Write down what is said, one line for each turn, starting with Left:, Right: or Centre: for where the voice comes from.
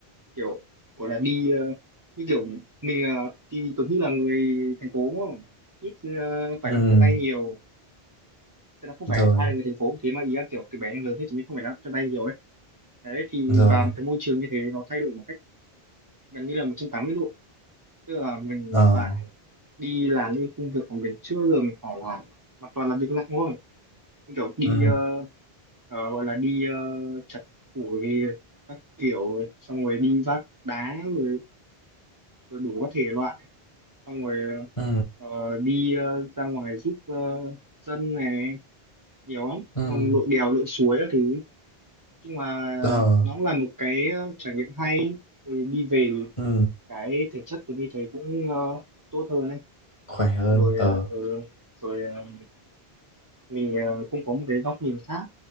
Right: kiểu gọi là đi ờ, như kiểu mình ờ, thì Tuấn Huy là người thành phố mà ít ờ, phải
Left: ừ
Right: làm chân tay nhiều tức là không phải
Left: rồi
Right: ai là người thành phố cũng thế mà ý là kiểu từ bé đến lớn thì chúng mình không phải là chân tay nhiều ấy đấy thì
Left: rồi
Right: vào một cái môi trường như thế nó thay đổi một cách gần như là 180 độ tức là mình
Left: ờ
Right: phải đi làm những công việc mà mình chưa bao giờ mình phải làm mà toàn là việc nặng thôi như kiểu đi
Left: ừ
Right: ờ, ờ, gọi là đi ờ, chặt củi các kiểu xong rồi đi vác đá rồi, rồi đủ các thể loại xong rồi
Left: ừ
Right: ờ, đi ờ, ra ngoài giúp ờ, dân này nhiều lắm
Left: ừ
Right: Xong rồi lội đèo lội suối các thứ nhưng mà
Left: ờ
Right: nó cũng là một cái ờ, trải nghiệm hay thì đi về thì
Left: ừ
Right: cái thể chất tôi đi thấy cũng ờ, tốt hơn ấy
Left: khỏe hơn
Right: rồi
Left: ờ
Right: ờ, ừ, rồi ờ, mình ờ, cũng có một cái góc nhìn khác